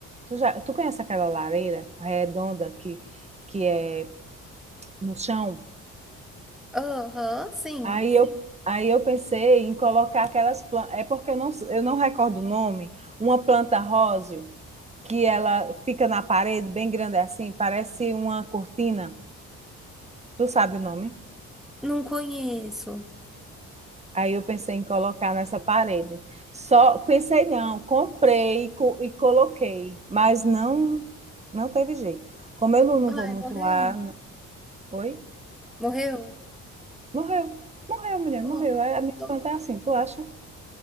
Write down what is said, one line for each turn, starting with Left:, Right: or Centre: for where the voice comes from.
Right: Tu, já, tu conhece aquela lareira redonda que, que é no chão?
Centre: Aham, sim.
Right: Aí eu, aí eu pensei em colocar aquelas plantas. É porque eu não, eu não recordo o nome, uma planta róseo que ela fica na parede, bem grande assim, parece uma cortina. Tu sabe o nome?
Centre: Não conheço.
Right: Aí eu pensei em colocar nessa parede. Só pensei não, comprei e, co- e coloquei, mas não não teve jeito. Como eu não, não
Centre: Ai,
Right: vou muito
Centre: morreu.
Right: lá, n- oi?
Centre: Morreu?
Right: Morreu. Morreu, mulher,
Centre: Oh,
Right: morreu. A a minha
Centre: dó.
Right: planta é assim, tu acha?